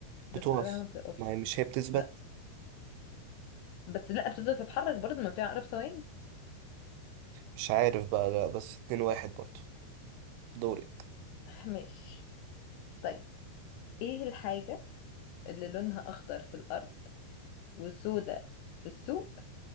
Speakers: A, on the left (about 80°); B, on the right (about 85°).
A: بس
B: بتقف
A: لا ما بتقفش
B: ما هي مش هي بتثبت
A: لا. بس لا بتبدأ تتحرك برضه ما فيها عقرب ثواني
B: مش عارف بقى لا بس اتنين واحد برضو دورك
A: <laughs> ماشي طيب ايه الحاجة اللي لونها اخضر في الارض وسودة في السوق